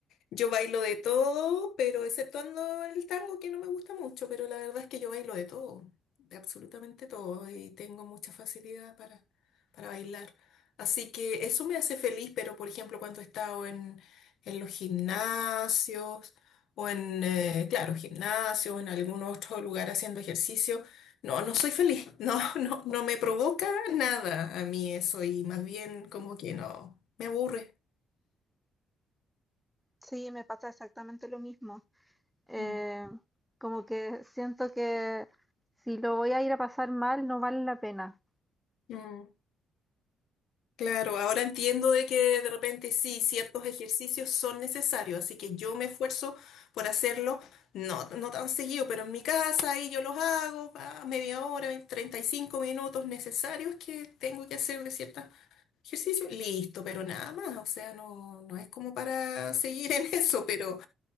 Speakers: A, on the left; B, in the centre.
A: Yo bailo de todo, pero exceptuando el tango que no me gusta mucho, pero la verdad es que yo bailo de todo, de absolutamente todo, y tengo mucha facilidad para, para bailar. Así que eso me hace feliz, pero por ejemplo cuando he estado en, en los gimnasios o en, eh, claro, gimnasio o en algún otro lugar haciendo ejercicio, no, no soy feliz, <laughs> no, no, no me provoca nada a mí eso y más bien como que no, me aburre.
B: Sí, me pasa exactamente lo mismo. Eh,
A: Mm.
B: como que siento que si lo voy a ir a pasar mal, no vale la pena.
A: Mm. Claro, ahora entiendo de que de repente sí, ciertos ejercicios son necesarios, así que yo me esfuerzo por hacerlo, no, no tan seguido, pero en mi casa ahí yo los hago, pa, media hora, veinte, treinta y cinco minutos necesarios que tengo que hacer de ciertos ejercicios, listo, pero nada más, o sea, no, no es como para seguir en <laughs> eso, pero,